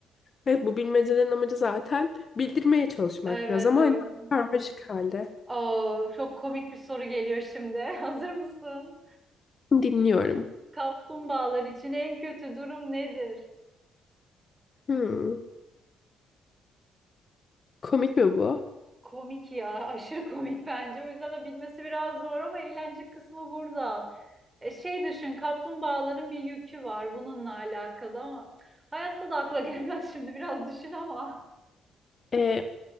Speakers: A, on the left (about 40°); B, on the right (about 20°).
A: Evet bu bilmecelerin amacı zaten bildirmeye çalışmak
B: Evet
A: biraz ama
B: öyle.
A: hani karmaşık halde.
B: Oo, çok komik bir soru geliyor şimdi. <laughs> Hazır mısın?
A: Dinliyorum.
B: Kaplumbağalar için en kötü durum nedir?
A: Hmm, komik mi bu?
B: Komik ya, <laughs> aşırı komik bence. O yüzden de bilmesi biraz zor ama eğlence kısmı burada. E, şey düşün, kaplumbağaların bir yükü var bununla alakalı ama hayatta da akla <laughs> gelmez şimdi biraz düşün ama.
A: Ee,